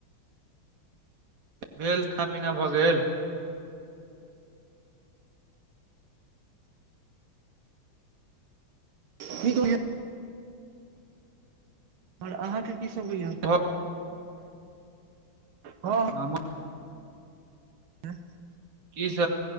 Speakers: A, on the right; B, on the right.
A: भेल खा पीना भऽ गे
B: <unintelligible> ओर अहा के की सब होइ
A: भऽ-
B: ह
A: हा
B: <unintelligible>
A: की स